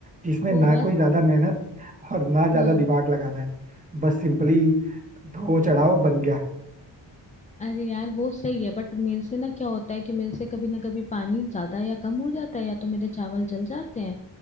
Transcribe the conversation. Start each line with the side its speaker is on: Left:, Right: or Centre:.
Right: जिसमें
Left: वो
Right: ना
Left: बात
Right: कोई
Left: सही
Right: ज्यादा मेहनत और ना ज्यादा
Left: है।
Right: दिमाग लगाना है बस सिंपली धो चढ़ाओ बन गया
Left: अरे यार वो सही है बट मेरे से ना क्या होता है कि मेरे से कभी ना कभी पानी ज्यादा या कम हो जाता है या तो मेरे चावल जल जाते हैं